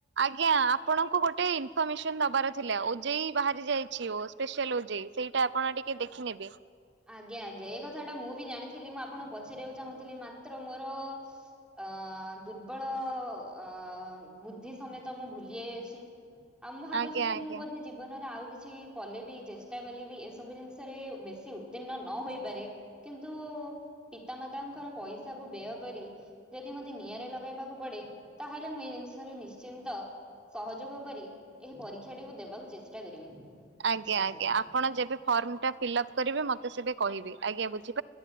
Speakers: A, on the right; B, in the centre.
A: ଆଜ୍ଞା ଆପଣଙ୍କୁ ଗୋଟେ ଇନଫର୍ମେସନ ଦବାର ଥିଲା। ଓଜେଇ ବାହାରି ଯାଇଛି ଓ ସ୍ପେଶିଆଲ ଓଜେଇ ସେଇଟା ଆପଣ ଟିକେ ଦେଖିନେବେ।
B: ଆଜ୍ଞା ଆଜ୍ଞା। ଏଇ କଥା ଟା ମୁଁ ବି ଜାଣିଥିଲି ମୁଁ ଆପଣଙ୍କୁ ପଚାରିବାକୁ ଚାହୁଁଥିଲି ମାତ୍ର ମୋର ଅ ଦୁର୍ବଳ ଅ ବୁଦ୍ଧି ସମେତ ମୁଁ ଭୁଲି ଯାଇଅଛି ଆଉ ମୁଁ ଭାବୁଛି
A: ଆଜ୍ଞା
B: କି
A: ଆଜ୍ଞା।
B: ମୁଁ ବୋଧେ ଜୀବନରେ ଆଉ କିଛି କଲେ ବି ଚେଷ୍ଟା କଲେ ବି ଏସବୁ ଜିନିଷରେ ବେଶୀ ଉ ଉତ୍ତୀର୍ଣ୍ଣ ନ ହୋଇପାରେ କିନ୍ତୁ ପିତାମାତାଙ୍କର ପଇସାକୁୁ ବ୍ୟୟ କରି ଯଦି ମତେ ନିଆଁରେ ଲଗେଇବାକୁ ପଡେ ତାହେଲେ ମୁଁ ଏଇ ଜିନିଷରେ ନିଶ୍ଚିନ୍ତ ସହଯୋଗ କରି ଏହି ପରୀକ୍ଷାଟିକୁ ଦେବାକୁ ଚେଷ୍ଟା କରିବି।
A: ଆଜ୍ଞା
B: ଆଚ୍ଛା
A: ଆଜ୍ଞା।
B: ହଉ।
A: ଆପଣ ଯେବେ ଫର୍ମ ଟା ଫିଲଅପ କରିବେ ମତେ ସେବେ କହିବେ। ଆଜ୍ଞା ବୁଝି